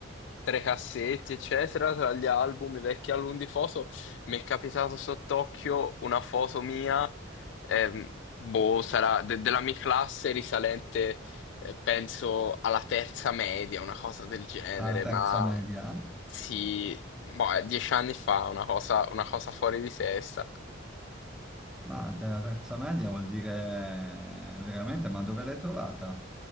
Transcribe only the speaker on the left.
tra i cassetti, eccetera, tra gli album, i vecchi album di foto, mi è capitato sott'occhio una foto mia, ehm, boh, sarà de- della mia classe risalente, eh, penso alla terza media, una cosa del genere,
ma
sì, boh, è dieci anni fa, una cosa, una cosa fuori di testa.